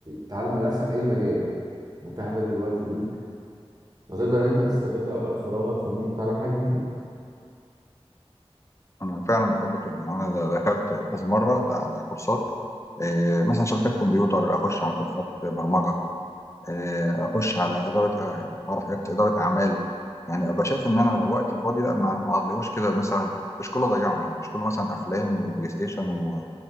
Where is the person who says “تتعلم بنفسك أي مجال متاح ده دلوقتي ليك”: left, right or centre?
Right